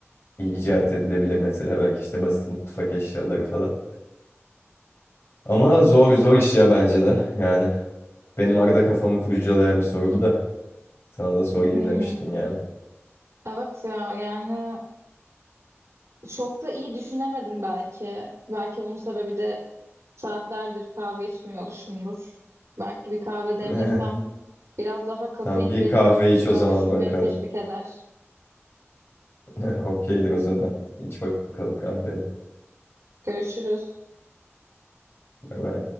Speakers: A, on the left; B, on the right.
A: icat edilebilir mesela belki işte basit mutfak eşyaları falan. Ama zor zor iş ya bence de yani. Benim arada kafamı kurcalayan bir soru bu da. Sana da sorayım
B: Hmm.
A: demiştim yani.
B: Evet ya yani çok da iyi düşünemedim belki. Belki bunun sebebi de saatlerdir kahve içmiyor oluşumdur. Belki bir kahve
A: <laughs>
B: demlesem biraz daha kafein
A: Tamam bir
B: beni
A: kahve
B: daha güzel
A: iç o zaman
B: düşünmeye
A: bakalım.
B: teşvik eder.
A: <laughs> Okeydir o zaman. İç bakalım kahveni.
B: Görüşürüz.
A: Bay bay.